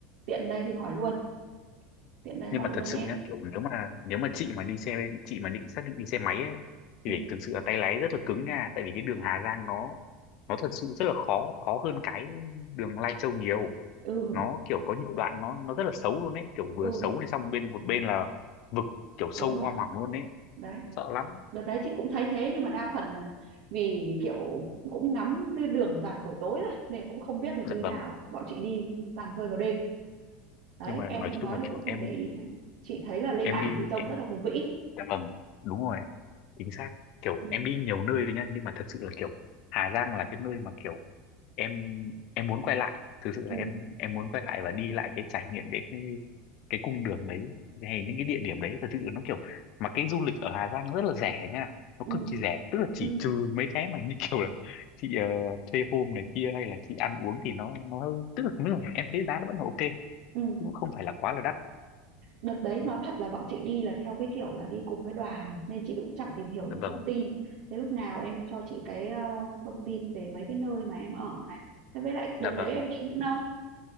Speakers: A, on the right; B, on the left.
A: Tiện đây thì hỏi luôn, tiện đây hỏi
B: nhưng mà
A: luôn
B: thật sự
A: em.
B: nhá kiểu nếu mà nếu mà chị mà đi xe chị mà định xác định đi xe máy ấy thì
A: Ừ
B: phải thực sự là tay lái rất là cứng nha tại vì cái đường Hà Giang nó nó thật sự rất là khó khó hơn cái đường Lai Châu nhiều
A: ừ,
B: nó kiểu có nhiều đoạn nó nó rất là xấu luôn ấy kiểu vừa
A: ừ
B: xấu này xong bên một bên là vực kiểu sâu
A: đúng rồi.
B: hoa mỏng luôn ấy
A: Đấy.
B: sợ lắm
A: Đợt đấy chị cũng thấy thế nhưng mà đa phần là vì kiểu cũng ngắm đường toàn buổi tối rồi nên cũng không biết là
B: dạ
A: như
B: vâng
A: nào. Bọn chị đi toàn rơi vào đêm đấy
B: nhưng mà
A: em
B: nói
A: không
B: chung
A: nói
B: là
A: thì
B: kiểu
A: cũng không
B: em
A: để ý đấy. chị thấy là lên
B: em
A: ảnh
B: đi
A: thì trông
B: em
A: rất là hùng vĩ
B: dạ vâng đúng rồi chính xác kiểu
A: ừ
B: em đi nhiều nơi rồi nha nhưng mà thật sự là kiểu Hà Giang là cái nơi mà kiểu em em muốn quay lại thực sự là
A: ừ
B: em em muốn quay lại và đi lại cái trải nghiệm đấy cái cái cung đường đấy hay những cái địa điểm đấy thật sự là nó kiểu mà cái du lịch ở Hà Giang rất là rẻ nha nó
A: ừ
B: cực kỳ rẻ tức là chỉ
A: ừ
B: trừ mấy cái mà như <laughs> kiểu là chị ờ, thuê hôm này kia hay là chị ăn uống thì nó nó hơi tức là nếu mà em thấy giá nó vẫn là ok chứ
A: ừ.
B: cũng không phải là quá là đắt
A: đợt đấy nói thật là bọn chị đi là theo cái kiểu là đi cùng với đoàn nên chị cũng chẳng tìm hiểu gì
B: dạ vâng
A: thông tin thế lúc nào em cho chị cái ờ, thông tin về mấy cái nơi mà em ở này thế với lại đợt
B: dạ
A: đấy
B: vâng
A: em đi những đâu